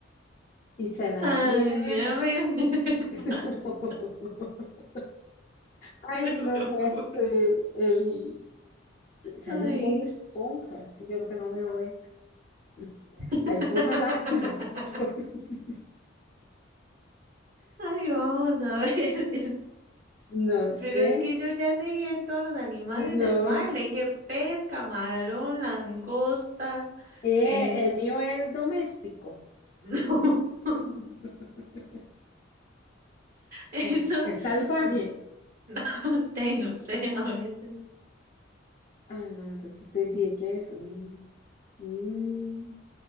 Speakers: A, on the left; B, on the right.
A: Y está en la
B: Ay,
A: tierra.
B: a ver. <laughs>
A: <laughs>
B: vale
A: Ay,
B: No
A: no,
B: se me ocurre.
A: pues eh, el... salen
B: Ay.
A: Bob Esponjas, que yo lo que no veo es <laughs>
B: <laughs>
A: la esponja lava trastos. <laughs>
B: Ay, vamos a ver. <laughs> este.
A: No sé,
B: Pero es que yo ya leí dije todos los animales
A: no.
B: del mar. Le dije pez, camarón, langosta.
A: Eh,
B: es <laughs>
A: el mío es doméstico,
B: no. <laughs>
A: <laughs>
B: Eso.
A: eh, es salvaje.
B: <laughs> No, te- no sé, a veces.
A: Ah, no, entonces te dije que es un, un,